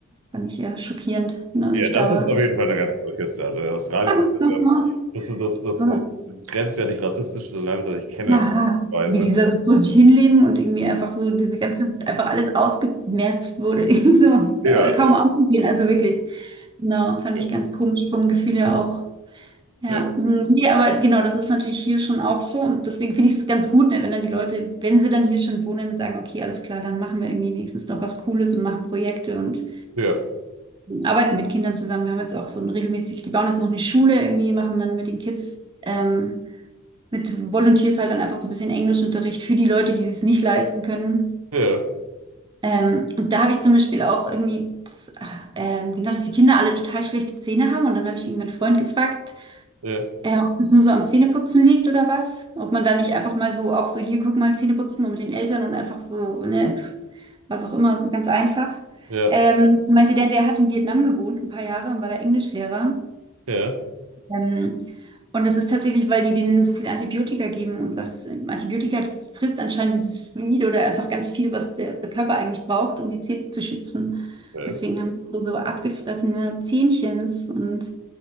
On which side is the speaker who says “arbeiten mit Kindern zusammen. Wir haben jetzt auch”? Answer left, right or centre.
Right